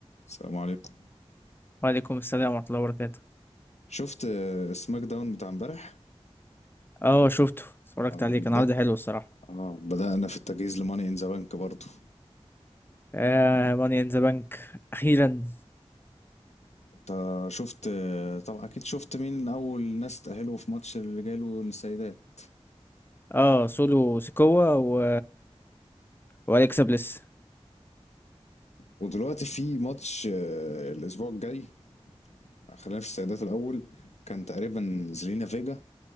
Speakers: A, on the left (about 85°); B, on the left (about 20°).
A: السلام عليكم
B: وعليكم السلام ورحمة الله وبركاته
A: شفت آه، سماك داون بتاع امبارح
B: اه شفته اتفرجت
A: اه
B: عليه
A: بدأ
B: كان عرض حلو الصراحة
A: اه بدأنا في التجهيز لماني ان ذا بانك برضه
B: آه ماني ان ذا بانك أخيرا
A: انت شفت آه، طبعا اكيد شفت مين اول ناس تأهلوا في ماتش الرجال والسيدات
B: اه سولو سيكوا و... وأليكسا بليس
A: ودلوقتي في ماتش آه، الاسبوع الجاي خلينا في السيدات الاول كان تقريبا زلينا فيجا